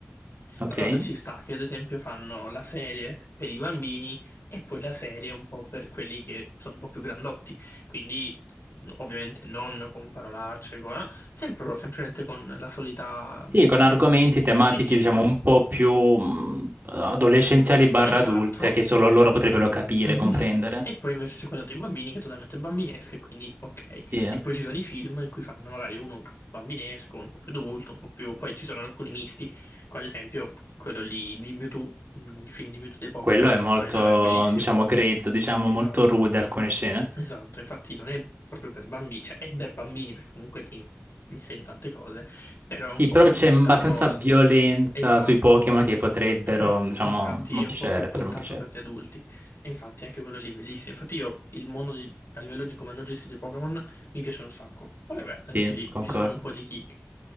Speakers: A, on the right; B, on the left.
A: Ok.
B: Da un lato ci sta che ad esempio fanno la serie per i bambini e poi la serie un po' per quelli che sono un po' più grandotti. Quindi no, ovviamente non con parolacce, co- eh, sempre però semplicemente con la solita...
A: Sì,
B: mm,
A: con argomenti tematiche,
B: Sì, sì,
A: diciamo, un po' più mh, adolescenziali barra
B: esatto.
A: adulte, che solo loro potrebbero capire,
B: Mhm.
A: comprendere.
B: E poi invece c'è quella per i bambini che è totalmente bambinesca, e quindi ok.
A: Sì. eh.
B: E poi ci sono i film in cui fanno magari uno bambinesco, uno un po' più adulto, un po' più... Poi ci sono alcuni misti, come ad esempio quello lì di Mewtwo, mm, il film di Mewtwo dei Pokémon,
A: Quello è molto,
B: quello è bellissimo.
A: diciamo, grezzo, diciamo,
B: Esatto.
A: molto rude alcune scene.
B: Esatto, infatti non è proprio per bambini, cioè è per bambini perché comunque ti insegna tante cose, però
A: Sì,
B: è un po'
A: però
B: più
A: c'è
B: puntato
A: abbastanza
B: al...
A: violenza
B: Esatto,
A: sui Pokémon che potrebbero,
B: <clears throat>
A: diciamo,
B: infatti
A: non
B: è un
A: piacere,
B: po' più puntato
A: però non piacere.
B: per gli adulti, e infatti anche quello lì è bellissimo, infatti io il mondo di- a livello di come hanno gestito i Pokémon mi piace un sacco, poi vabbè
A: Sì,
B: anche lì
A: concordo.
B: ci sono un po' di kick